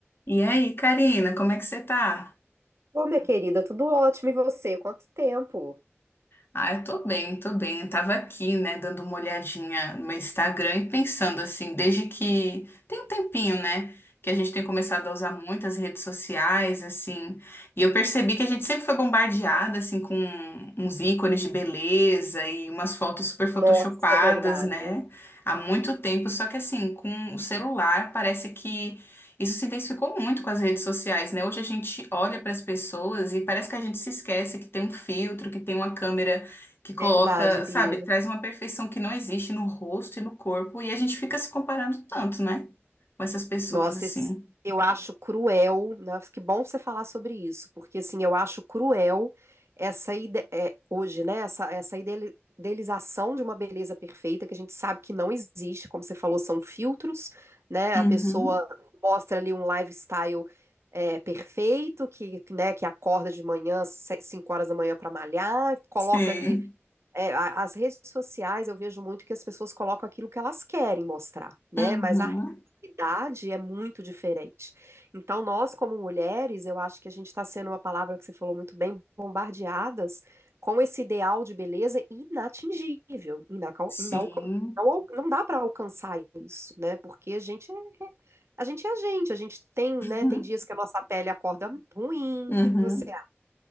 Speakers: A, on the left; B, on the right.
A: E aí, Karina, como é que você tá?
B: Ô, minha querida, tudo ótimo e você? Quanto tempo?
A: Ah, eu tô bem, tô bem. Eu tava aqui, né, dando uma olhadinha no meu Instagram e pensando assim, desde que tem um tempinho, né, que a gente tem começado a usar muitas redes sociais, assim, e eu percebi que a gente sempre foi bombardeada, assim, com uns ícones de beleza e umas fotos super photoshopadas,
B: Nossa, é verdade.
A: né, há muito tempo. Só que, assim, com o celular, parece que. Isso se intensificou muito com as redes sociais, né? Hoje a gente olha para as pessoas e parece que a gente se esquece que tem um filtro, que tem uma câmera que coloca,
B: Verdade, Bia.
A: sabe, traz uma perfeição que não existe no rosto e no corpo, e a gente fica se comparando tanto, né? Com essas pessoas,
B: Nossa,
A: assim.
B: esse- eu acho cruel, né? Que bom você falar sobre isso, porque assim, eu acho cruel essa ide- é, hoje, né? Essa, essa idele- idealização de uma beleza perfeita que a gente sabe que não existe, como você falou, são filtros, né?
A: Uhum.
B: A pessoa mostra ali um lifestyle é, perfeito, que, né, que acorda de manhã, se- cinco horas da manhã para malhar, coloca
A: Sim.
B: ali. é, a- as redes sociais eu vejo muito que as pessoas colocam aquilo que elas querem mostrar, né?
A: Uhum.
B: Mas a realidade é muito diferente. Então, nós, como mulheres, eu acho que a gente está sendo uma palavra que você falou muito bem, bombardeadas com esse ideal de beleza inatingível, inacal,
A: Sim.
B: inalca- não, al- não dá para alcançar isso, né? Porque a gente é, é- a gente é a gente, a gente tem, né?
A: Uhum.
B: Tem dias que a nossa pele acorda ruim.
A: Uhum.
B: O que que você